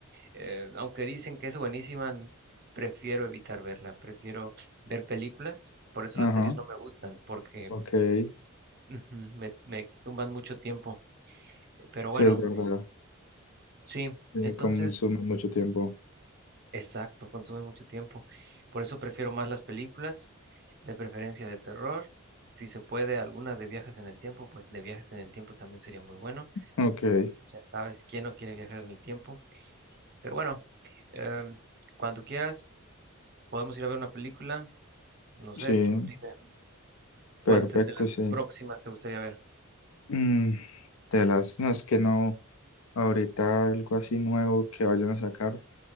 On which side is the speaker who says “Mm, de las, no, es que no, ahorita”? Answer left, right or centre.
Left